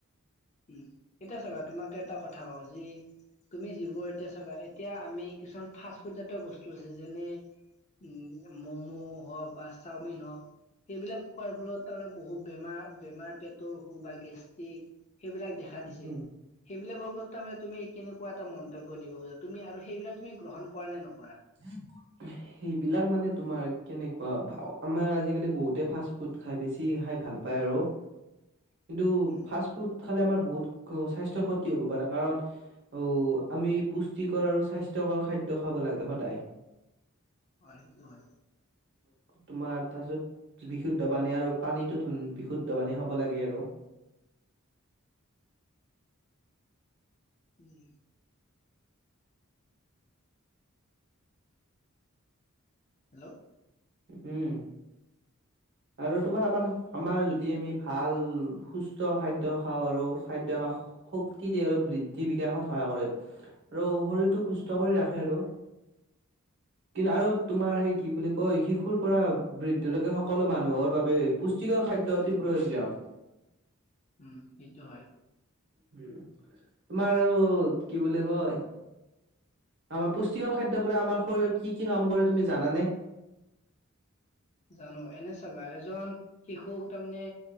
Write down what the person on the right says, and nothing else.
উম।
সেইবিলাক মানে তোমাৰ কেনেকুৱা আমাৰ আজিকালি বহুতে ফাষ্ট ফুড খাই বেছি খাই ভাল পায় আৰু। কিন্তু
ফাষ্ট ফুড খালে আমাৰ বহুত সস্বাস্থ্যৰ ক্ষতি হব পাৰে কাৰণ অহ আমি পুষ্টিকৰ আৰু স্বাস্থ্যকৰ খাদ্য খাব লাগে। সদায়।
তোমাৰ তাৰ পিছত বিশুদ্ধ পানী আৰু পানীতো ধুন বিশুদ্ধ পানী খাব লাগে আৰু।
উম, আৰু তোমাৰ আমাৰ আমাৰ যদি আমি ভাল সুস্থ খাদ্য খাওঁ আৰু খাদ্য আমাক শক্তি দিয়ে আৰু বৃদ্ধি বিকাশত সহায় কৰে আৰু শৰীৰ সুস্থ
কৰি ৰাখে আৰু কিন্তু আৰু তোমাৰ সেই কি বুলি কয়। শিশুৰ পৰা বৃদ্ধিলকে সকলো মানুহৰ বাবে পুষ্টিকৰ খাদ্যয় অতি প্ৰয়োজন।
উম ' তোমাৰ আৰু কি বুলি কয়। আমাৰ পুষ্টিকৰ খাদ্যবোৰে আমাৰ শৰীৰত কি-কি কাম কৰে তুমি জানানে?